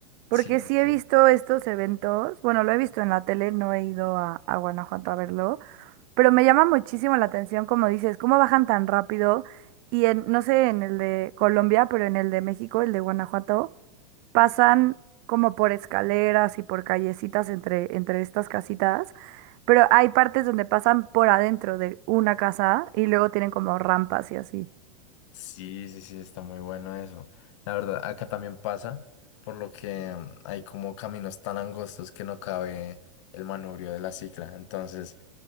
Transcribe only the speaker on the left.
Sí,
sí, sí.
Sí, sí, sí, está muy bueno eso. La verdad, acá también pasa, por lo que mm, hay como caminos tan angostos que no cabe el manubrio de la cicla. Entonces